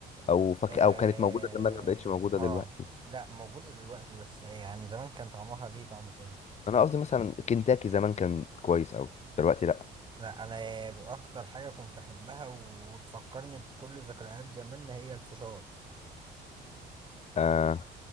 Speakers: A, on the left; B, on the right.
A: او فك...
B: اه
A: او كانت موجوده زمان ما بقتش موجوده
B: آه،
A: دلوقتي
B: لا موجوده دلوقتي بس يعني زمان كان طعمها ليه طعم تاني
A: انا قصدي مثلا كنتاكي زمان كان كويس قوي دلوقتي لا
B: لا انا اكتر حاجه كنت احبها وتفكرني بكل ذكريات زمان هي الفشار
A: آه